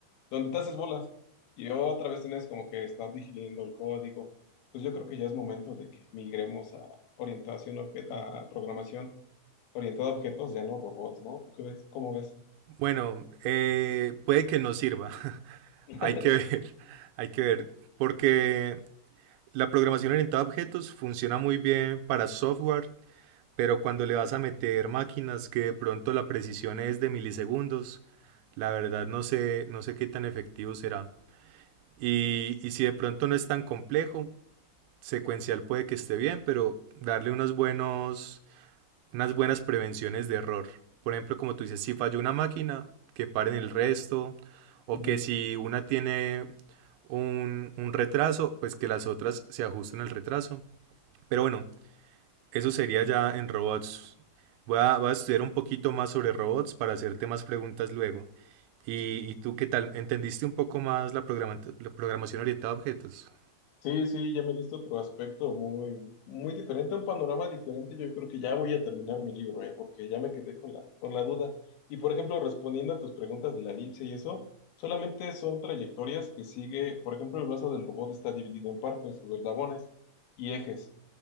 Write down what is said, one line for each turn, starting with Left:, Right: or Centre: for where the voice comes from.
Left: donde te haces bolas y otra vez tienes como que estar digiriendo el código. Entonces yo creo que ya es momento de que migremos a orientación, obje- a programación orientada a objetos, ya no robots, ¿no? ¿Tú qué ves? ¿Cómo ves?
Right: Bueno, eh, puede que no sirva. <laughs>
Left: <laughs>
Right: Hay que ver, <laughs> hay que ver. Porque la programación orientada a objetos funciona muy bien para software, pero cuando le vas a meter máquinas que de pronto la precisión es de milisegundos, la verdad no sé, no sé qué tan efectivo será. Y, y si de pronto no es tan complejo, secuencial puede que esté bien, pero darle unos buenos unas buenas prevenciones de error. Por ejemplo, como tú dices, si falló una máquina, que paren el resto, o
Left: Ujú.
Right: que si una tiene un, un retraso, pues que las otras se ajusten al retraso. Pero bueno, eso sería ya en robots. Voy a, voy a estudiar un poquito más sobre robots para hacerte más preguntas luego. ¿Y, y tú qué tal? ¿Entendiste un poco más la, programa- la programación orientada a objetos?
Left: Sí, sí, ya me diste otro aspecto muy, muy diferente, un panorama diferente. Yo creo que ya voy a terminar mi libro, ¿eh? Porque ya me quedé con la, con la duda. Y por ejemplo, respondiendo a tus preguntas de la elipse y eso, solamente son trayectorias que sigue, por ejemplo, el brazo del robot está dividido en partes, o eslabones y ejes.